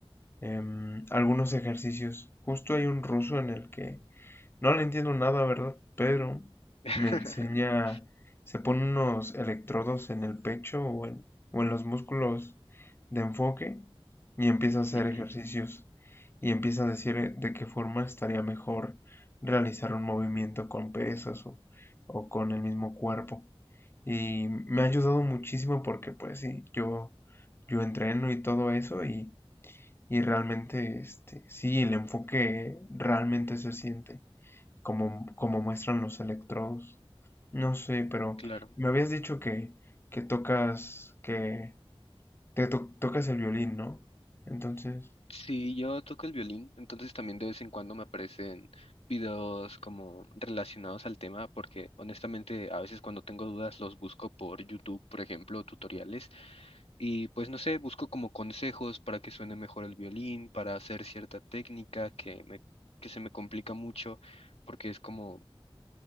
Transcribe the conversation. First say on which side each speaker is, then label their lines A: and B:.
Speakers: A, on the left; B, on the left.
A: em, algunos ejercicios, justo hay un ruso en el que no le entiendo nada, ¿verdad? Pero
B: <laughs>
A: me enseña, se pone unos electrodos en el pecho o en, o en los músculos de enfoque y empieza a hacer
B: Ujú,
A: ejercicios y empieza a decir eh, de qué forma estaría mejor realizar un movimiento con pesas o, o con el mismo cuerpo. Y me ha ayudado muchísimo porque pues sí, yo, yo entreno y todo eso y, y realmente, este, sí, el enfoque realmente se siente como, como muestran los electrodos. No sé, pero
B: claro.
A: me habías dicho que, que tocas, que te to- tocas el violín, ¿no? Entonces,
B: Sí, yo toco el violín, entonces también de vez en cuando me aparecen videos como relacionados al tema, porque honestamente a veces cuando tengo dudas los busco por YouTube, por ejemplo, tutoriales, y pues no sé, busco como consejos para que suene mejor el violín, para hacer cierta técnica que me, que se me complica mucho, porque es como